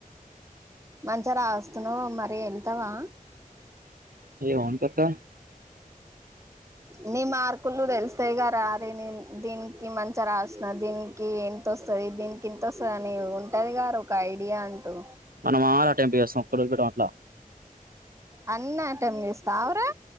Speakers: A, on the right; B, on the right.
A: మంచిగా రాస్తున్నవ్ మరి వెళ్తావా
B: ఏమ్ వంట అక్క
A: నీ మార్కులు తెలుస్తాయి గారా అది న దీనికి మంచిగా రాసిన దీనికి ఎంతొస్తుంది దీనికి ఇంత వస్తుంది అని ఉంటది గారా ఒక ఐడియా అంటూ
B: మనం ఆరు అటెంప్ చేస్తాం ఒక్కటి కూడు వదిలి పెట్టం అట్లా
A: అన్నీ అటమ్ చేస్తాఏవ్ రా